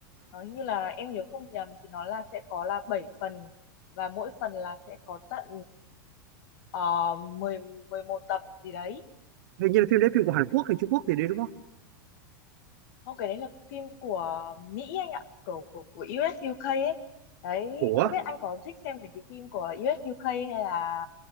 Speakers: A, on the left; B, on the right.
A: nó hình như là em nhớ không nhầm thì nó là sẽ có là 7 phần và mỗi phần là sẽ có tận uh, 10 11 tập gì đấy
B: hình như là phim đấy phim của Hàn Quốc hay Trung Quốc thì đấy đúng không
A: Không, cái đấy là phim của Mỹ anh ạ, của của của US UK ấy. Đấy,
B: của
A: không biết anh có thích xem về cái phim của US UK hay là